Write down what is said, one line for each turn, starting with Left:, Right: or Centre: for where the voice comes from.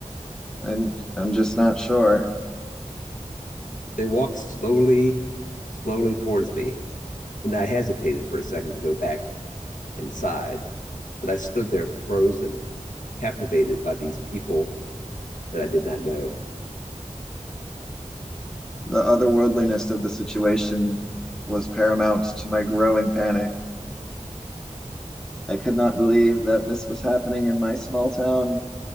Centre: I'm I'm just not sure.
Left: They walked slowly, slowly towards me, and I hesitated for a second to go back inside, but I stood there frozen, captivated by these people that I did not know.
Centre: The otherworldliness of the situation was paramount to my growing panic. I could not believe that this was happening in my small town.